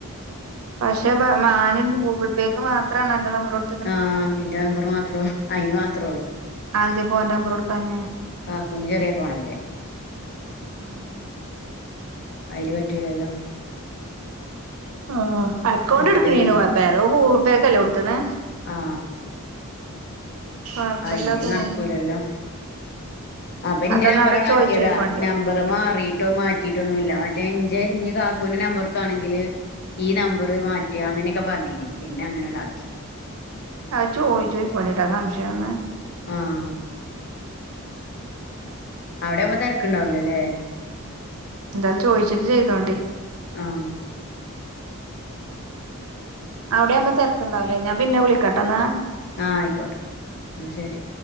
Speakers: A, on the right; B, on the left.
A: പക്ഷെ മാനു ഗൂഗിൾ പേയ്ക്ക് മാത്രമാണ് എന്റെ നമ്പറോകൊട്
B: ആ എന്റെ നമ്പർ മാത്രം അയിന് മാത്രേയുള്ളൂ
A: അതെന്തേപ്പോ ഓന്റെ നമ്പർ കൊടുക്കാഞ്ഞേ
B: കാക്കൂന്റെ ചെറിയെ ഫോണല്ലേ
A: ആഹ്
B: അയില് പറ്റൂലല്ലോ
A: ആ അക്കൗണ്ട്
B: അപ്പൊ
A: എടുക്കണേല്
B: ഈ
A: കുഴപ്പല്ല അതോൻ ഗൂഗിൾപേക്കല്ലേ കൊടുത്ത്ക്കണേ
B: ആ
A: കൊഴപ്പല്ല
B: അയില്
A: തോന്ന്
B: നടക്കൂലല്ലോ അപ്പൊ എന്റെ
A: അതൊന്ന്
B: നമ്പറാണ്
A: അവിടെ ചോയിച്ചോയിക്കോണ്ടി
B: ആക്കിയതാ നമ്പർ മാറിട്ടോ മാറ്റി കട്ടിയിട്ടൊന്നുമില്ല ഓന്റെ എന്റെ ഇന് കാക്കുവിന്റെ നമ്പർക്കാണെങ്കില് ഈ നമ്പറ് മാറ്റ അങ്ങനെയൊക്കെ പറഞ്ഞീന് പിന്നെ അങ്ങനേടാക്കി
A: അത് ചോയ്ചോയിക്കോളിട്ട സംശയൊന്ന്
B: ആഹ് അവിടെയാമ്പോ തെരക്കുണ്ടാവില്ലല്ലേ
A: എന്തായാലും ചോയിച്ചിട്ട് ചെയ്തോണ്ടി
B: ആഹ്
A: അവിടെയാവുമ്പോ തിരക്കുണ്ടാവൂല്ലെ ഞാൻ പിന്നെ വിളിക്കാട്ടാന്നാ
B: ആ ആയിക്കോട്ടെ എന്ന ശരി